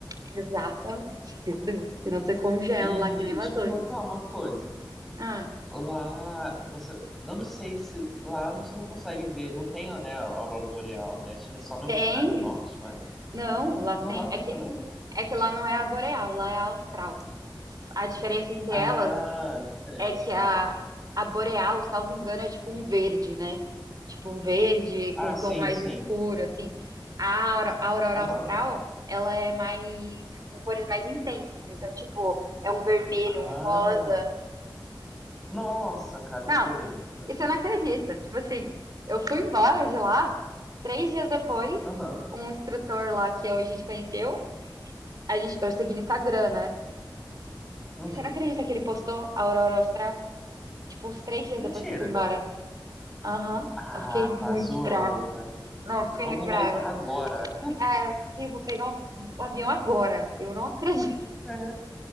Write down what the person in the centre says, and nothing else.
E
te
perguntar uma coisa.
Lá, você. Eu não sei se. Lá você não consegue ver. Não tem, né, a aurora boreal, né? Acho que é só no
hemisfério norte, não é?
Não,
lá tem
também, né?
Ah,
a diferença,
né?
Ah,
sim,
sim.
Aham.
Ah.
Nossa, cara,
que coisa linda, meu
Deus.
Aham.
Uhum.
Mentira.
Ah,
tá
zoando,
velho.
Vamos
voltar agora.
É,